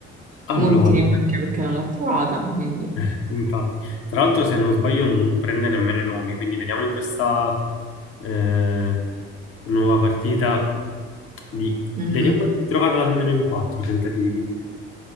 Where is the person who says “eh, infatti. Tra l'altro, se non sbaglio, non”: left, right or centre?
Left